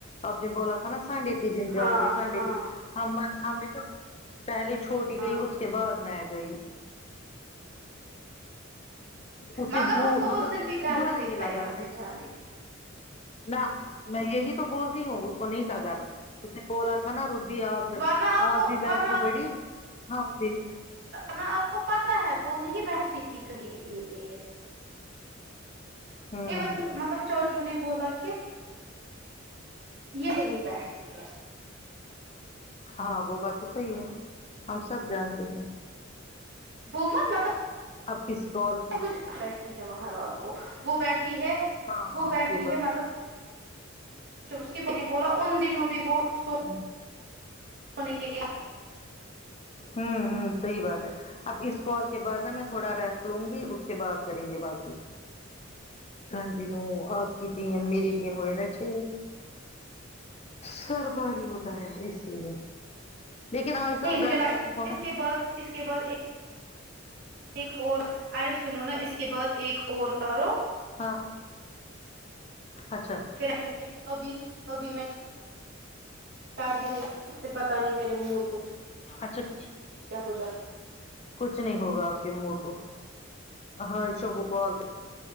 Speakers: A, on the left; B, on the right.
A: آپ نے بولا تھا نا سنڈے ک دن
B: ہاں
A: جاؤ گے سنڈے
B: ہاں
A: کی ہم ہم نے پہلے چھوٹی
B: ہاں
A: گئی اس کے بعد میں گئی اسے
B: مگر
A: بو
B: اس کو
A: مطلب
B: اس دن بھی غرض
A: برا
B: نہیں
A: ہی
B: تھا
A: لگا
B: یہاں
A: نئ
B: سے جانے
A: نہ میں یہی تو بولتی ہوں اس کو نہیں گر اس نے بولا تھا نا روبی آپ
B: ورنہ
A: آپ
B: کو
A: بھی بیٹھو
B: ورنہ
A: بڑی ہاں جی
B: ہاں آپ کو پتہ ہے وہ نہیں بیٹھتی تھی کہیں اتنی دیر
A: ہوں
B: ایون مطلب چاچو نے بولا کہ یہ نیچے نہیں بیٹھتی ہے
A: ہاں وہ بات تو صحیح ہے ہم سب جانتے ہیں
B: وہ مت مطلب
A: اب کس کال پہ
B: مجھے بیٹھی ہے و ہاں رات کو وہ بیٹھی ہے
A: ہاں ہاں
B: وہ بیٹھی
A: یہ بات
B: ہے مطلب
A: ہے
B: اس کی مہی نے بولا ان دنوں بھی وہ سو
A: ہ
B: ہونے کے لیے
A: ہوں ہوں صحیح بات ہے اب اس کال کے بعد نا میں تھوڑا ریسٹ لوں گی اس کے بعد کریں گے باقی کنٹینیو آپ کی تین میری
B: ٹھیک
A: تین
B: ہے
A: ہوئے نا چھ سر باری ہو کہے اس لیے لیکن آج تو
B: ج
A: آپ
B: مجھے
A: گھر
B: لگ
A: پہ ہی ہو
B: اس
A: نا
B: کے بعد اس کے بعد ایک ایک اور ارے سنو نا اس کے بعد ایک اور کرو
A: ہاں اچھا
B: پھر کیونکہ ابھی ابھی میں کر ہی رہی پھر بتانی میرے موور کو کیا
A: اچھا تھ
B: ہو جاتا
A: کچھ نہیں ہوگا آپ کے موڈ کو ہاں ای شوب کال